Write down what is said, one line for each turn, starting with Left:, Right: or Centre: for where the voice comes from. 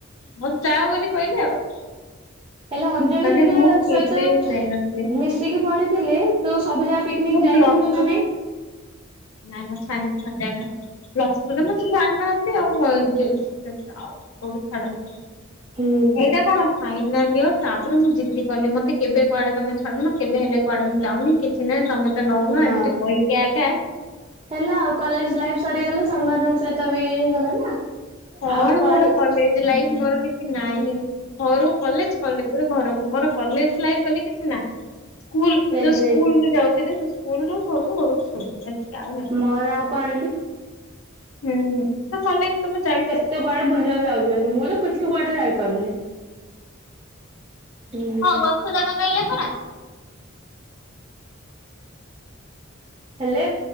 Left: ହଁ ଯାଉ ବୋଲି କହିଲେ ଆଉ।
Right: ହେଲେ ଅଞ୍ଜଳି
Left: ମାନେ
Right: ହେରିକା
Left: ମୁଁ
Right: ସହିତ
Left: କେବେ ଯାଇନଥିଲି
Right: ମିଶିକି ପଢିଥିଲେ ତୁ ସବୁ ଯାକ ପି ପିକ୍ନିକ୍
Left: ମୁଁ
Right: ଯାଇଥାନ୍ତୁ
Left: ପ୍ଲସ ଟୁ
Right: ନା ନାହିଁ?
Left: ନାଇଁ ମତେ ଛାଡୁନି ଥଣ୍ଡା ଟା। ପ୍ଲସ୍ ଟୁ ରେ ମତେ ଛାଡି ନାହାଁନ୍ତି। <unintelligible> କୋଉଠି ଛାଡନ୍ତିନି।
Right: ହୁଁ
Left: ଏଇଟା କଣ? ଫାଇନାଲ୍ ଇୟର ତାପରେ ମୁଁ ଜିଦି କାଲି। ମତେ କେବେ କୁଆଡେ ତମେ ଛାଡୁନ, କେବେ ହେଲେ କୁଆଡେ ମୁଁ ଯାଉନି କିଛି ନାହିଁ ତମେ ତ ନଉନ।
Right: ହଁ
Left: ଏମିତି କହିକି ଆଗା
Right: ହେଲା ଆଉ। କଲେଜ୍ ଲାଇଫ୍ ସରିଗଲେ ସାଙ୍ଗ ମାନଙ୍କ ସହିତ ବି ଇଏ ହେଇଗଲା ନା।
Left: କଣ
Right: ଆଉ କୁଆଡେ
Left: ମୋର କଲେଜ୍
Right: ହୁଁ
Left: ଲାଇଫ୍ ମୋର କିଛି ନାହିଁ। ଘରୁ କଲେଜ୍, କଲେଜ୍ ରୁ ଘରକୁ, ମୋର କଲେଜ୍ ଲାଇଫ୍ ବୋଲି କିଛି ନାହିଁ। ସ୍କୁଲ୍,
Right: ସେଇ
Left: ଯୋଉ
Right: ସେଇ
Left: ସ୍କୁଲ୍ ବି ଯାଉଥିଲି, ସେ ସ୍କୁଲ୍ ରୁ ଘରକୁ, ଘରୁ ସ୍କୁଲ୍। ଏତିକି ଆଉ ନାହିଁ।
Right: ମୋର ଆଉ କଣ କି
Left: ହୁଁ ଭଲ ତମେ ଯାଇ
Right: ତୁ କୁଆଡେ ବୁଲିବାକୁ ଯାଉଛନ୍ତି। ମୁଁ କିଛି କୁଆଡେ ଯାଇପାରୁନି। ହୁଁ
Left: ହଁ ଗଛ ଯାକ ନେଲେ ପରା?
Right: ହେଲେ,